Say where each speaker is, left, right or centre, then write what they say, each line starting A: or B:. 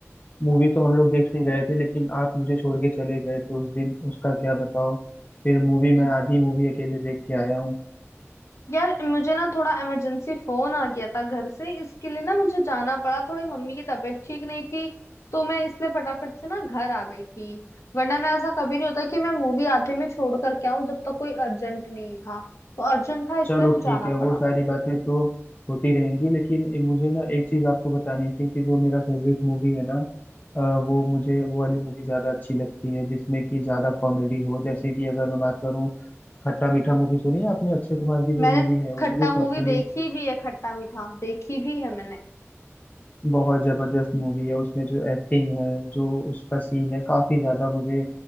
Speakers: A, on the left (about 30°); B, on the left (about 70°).
A: मूवी तो हम लोग देखने गए थे लेकिन आप मुझे छोड़ के चले गए थे उस दिन उसका क्या बताओ फिर मूवी
B: हम्म
A: मैं आधी मूवी अकेले देख के आया हूँ
B: यार मुझे ना थोड़ा इमरजेंसी फोन आ गया था घर से इसके लिए ना मुझे जाना पड़ा थोड़ी मम्मी की तबीयत ठीक नहीं थी तो मैं इसलिए फटाफट से ना घर आ गई थी वरना मैं ऐसा कभी नहीं होता कि मैं मूवी आधे में छोड़ कर के आऊं जब तक कोई अर्जेंट नहीं था तो अर्जेंट था इसलिए
A: चलो
B: मुझे
A: ठीक
B: आना
A: है
B: पड़ा
A: वो सारी बातें तो होती रहेंगी लेकिन मुझे ना एक चीज आपको बतानी थी कि जो मेरा फेवरेट मूवी है ना अ, वो मुझे वो वाली मूवी ज्यादा अच्छी लगती है जिसमें कि ज्यादा कॉमेडी हो जैसे कि अगर मैं बात करूँ खट्टा मीठा मूवी सुनी है आपने अक्षय कुमार की जो
B: मैंने
A: मूवी है वो
B: खट्टा
A: मुझे
B: मूवी
A: पर्सनली
B: देखी भी है खट्टा मीठा देखी भी है मैंने
A: बहुत जबरदस्त मूवी है उसमें जो एक्टिंग है जो उसका सीन है काफी ज्यादा मुझे